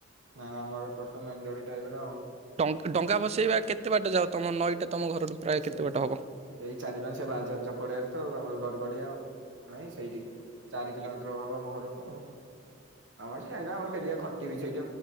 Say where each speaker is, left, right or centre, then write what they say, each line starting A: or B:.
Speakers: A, on the right; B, on the right.
A: ନା ନା ଆମର ଏପଟ ତମ ମେଲୋଡି ଟାଇପ ର ଆଉ
B: ଡଙ୍ଗା ଫସେଇବା କେତେ ବାଟା ଯାଉ ତମ ନଈଟା ତମ ଘରଠୁ ପ୍ରାୟ
A: ଆ
B: କେତେ
A: ସେ
B: ବାଟ
A: ସେଇ
B: ହବ
A: ଚାରି ମା ସେ ବାଲିଯାତ୍ରା ପଡିିବାରେ ତ ଆମର ଗଡଗଡିଆ ନଁ ସେଇଠି ଚାରି କିଲୋମିଟର ମହର ତ ଆମ ସେ ଡଆ ଘଟିବ ସେଇା ଦ